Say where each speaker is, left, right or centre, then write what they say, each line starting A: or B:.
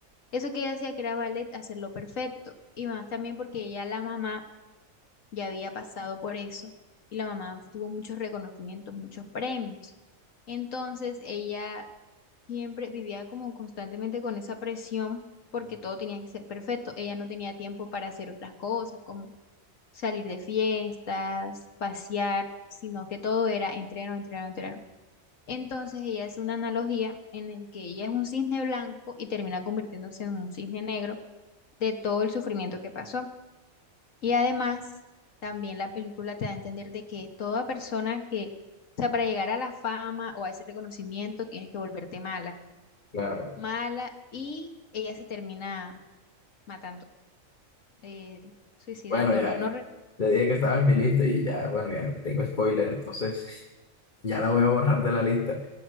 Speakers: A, on the left; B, on the left.
A: Eso que ella hacía que era ballet, hacerlo perfecto. Y más también porque ella, la mamá, ya había pasado por eso y la mamá tuvo muchos reconocimientos, muchos premios. Entonces ella siempre vivía como constantemente con esa presión porque todo tenía que ser perfecto. Ella no tenía tiempo para hacer otras cosas como salir de fiestas, pasear, sino que todo era entreno, entreno, entreno. Entonces ella hace una analogía en el que ella es un cisne blanco y termina convirtiéndose en un cisne negro de todo el sufrimiento que pasó. Y además, también la película te da a entender de que toda persona que, o sea, para llegar a la fama o a ese reconocimiento, tienes que volverte mala,
B: claro.
A: mala, y ella se termina matando, eh, suicidando,
B: Bueno, ya
A: no, no, re-
B: le dije que estaba en mi lista y ya, bueno, ya tengo spoiler, entonces <laughs> ya la voy a borrar de la lista.